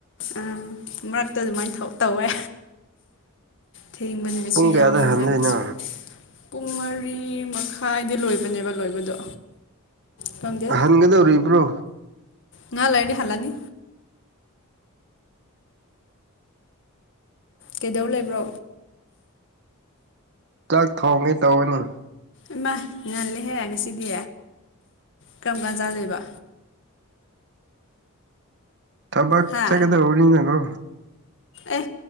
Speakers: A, on the left; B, on the right.
A: ꯑꯝ ꯃꯔꯛꯇ ꯑꯗꯨꯃꯥꯏꯅ ꯊꯧ ꯇꯧꯋꯦ ꯊꯦꯡꯕ ꯅꯨꯃꯤꯠ
B: ꯄꯨꯡ
A: ꯁꯨ
B: ꯀꯌꯥꯗ
A: ꯌꯥꯎꯋꯤ
B: ꯍꯟꯗꯣꯏꯅꯣ
A: ꯉꯟꯅꯁꯨ ꯄꯨꯡ ꯃꯔꯤ ꯃꯈꯥꯏꯗꯤ ꯂꯣꯏꯕꯅꯦꯕ ꯂꯣꯏꯕꯗꯣ ꯈꯪꯗꯦ
B: ꯑꯍꯟꯒꯗꯧꯔꯤꯕ꯭ꯔꯣ
A: ꯉꯥ ꯂꯩꯥꯔꯗꯤ ꯍꯜꯂꯅꯤ ꯀꯩꯗꯧ ꯂꯩꯕ꯭ꯔꯣ
B: ꯆꯥꯛ ꯊꯣꯡꯒꯦ ꯇꯧꯒꯅꯤ
A: ꯏꯃꯥꯏ ꯉꯜꯂꯦꯍꯦ ꯉꯁꯤꯗꯤ ꯀꯔꯝ ꯀꯥꯟ ꯆꯥꯗꯣꯏꯕ
B: ꯊꯕꯛ
A: ꯍꯥ
B: ꯆꯠꯀꯗꯧꯕꯅꯤꯅꯒꯣ
A: ꯑꯦ